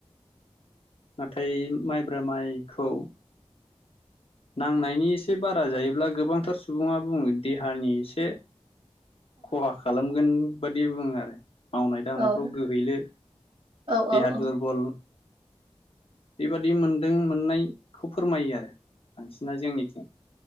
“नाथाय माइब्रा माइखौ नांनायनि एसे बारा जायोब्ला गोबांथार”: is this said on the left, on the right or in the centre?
Left